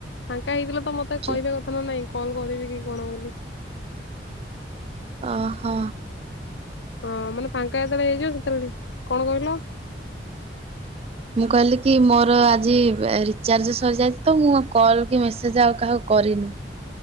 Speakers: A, on the left; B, on the right.
A: ଫାଙ୍କା ହେଇଥିଲ ତ ମତେ
B: ଚୁ
A: କହିବା କଥା ନା ନାଇଁ। କଲ୍ କରିବି କି କଣ ବୋଲି।
B: ଅ ହ
A: ହଁ ମାନେ ଫାଙ୍କା ଯେତେଳେ ହେଇଯିବ ସେତେବେଳେ କଣ କହିଲ।
B: ମୁଁ କହିଲି କି ମୋର ଆଜି ଏ ରିଚାର୍ଜ ସରିଯାଇଛି। ତ ମୁଁ କଲ୍ କି ମେସେଜ ଆଉ କାହାକୁ କରିନି